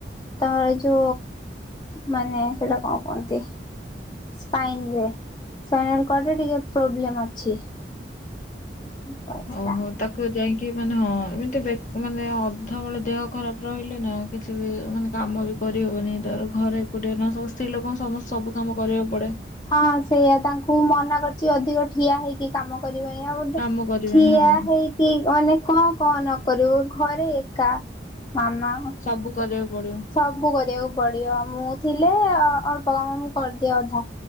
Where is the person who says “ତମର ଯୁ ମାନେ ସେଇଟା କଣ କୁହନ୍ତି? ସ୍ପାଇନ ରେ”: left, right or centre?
Left